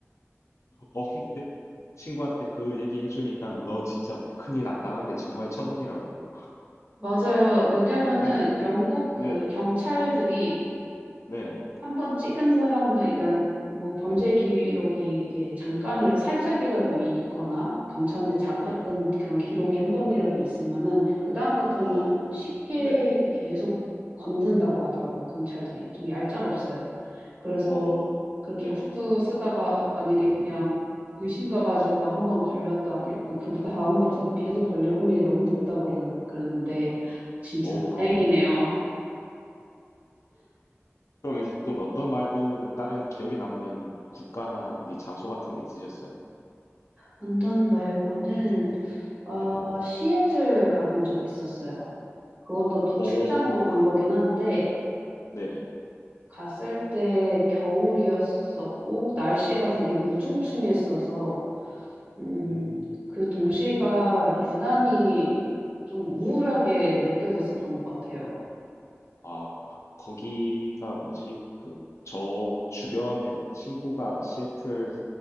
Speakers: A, on the left; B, on the right.
A: 어, 근데 친구한테 그 얘기 해주니까 너 진짜 큰일 안 당한 게 정말 천운이라고.
B: 맞아요. 왜냐면은
A: 네,
B: 영국 그
A: 네,
B: 경찰들이
A: 네,
B: 한 번 찍은 사람은, 그러니까 뭐 범죄
A: 음,
B: 기록이 이렇게 잠깐이 살짝이라도
A: 음,
B: 이- 있거나 뭐 경찰한테 잡혔던
A: 네네,
B: 그런 기록이 한 번이라도 있으면은 그 다음부터는
A: 어,
B: 쉽게
A: 네네,
B: 계속 건든다고 하더라고요. 경찰들이 좀 얄짤없어요. 그래서
A: 어,
B: 그렇게
A: 네네,
B: 후드 쓰다가 만약에 그냥 의심 가가지고 한 번 걸렸다
A: 응, 응,
B: 그러면 그 다음부터도
A: 응.
B: 계속 걸릴 확률이 너무 높다고 그러- 그랬는데 진짜
A: 어우.
B: 다행이네요. <laughs>
A: 그럼 이제 또 런던 말고는 다른 기억에 남는 국가나 어디 장소 같은 데 있으셨어요?
B: 언던 말고는 어,
A: 네네.
B: 시애틀 가본 적 있었어요. 그것도 또
A: 오,
B: 출장으로 간 거긴 한데,
A: 네네.
B: 갔을 때 겨울이었었고, 날씨가 되게 우중충했어서,
A: 네.
B: 음,
A: 음,
B: 그 도시가
A: 네네.
B: 유난히 좀 우울하게 느껴졌었던
A: 네.
B: 것 같아요.
A: 아, 거- 거기가 뭐지? 그, 저 주변에 친구가 시애틀